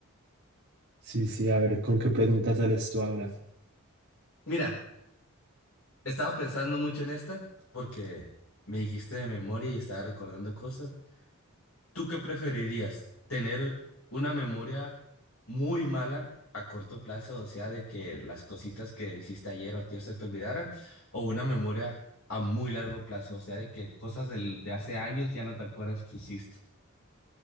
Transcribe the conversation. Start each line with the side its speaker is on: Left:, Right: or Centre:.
Right: Sí, sí, a ver, ¿con qué preguntas sales tú ahora?
Left: Mira, estaba pensando mucho en esta porque me dijiste de memoria y estaba recordando cosas. ¿Tú qué preferirías? ¿Tener una memoria muy mala a corto plazo, o sea, de que las cositas que hiciste ayer o antier se te olvidaran, o una memoria a muy largo plazo, o sea, de que cosas del- de hace años ya no te acuerdas que hiciste?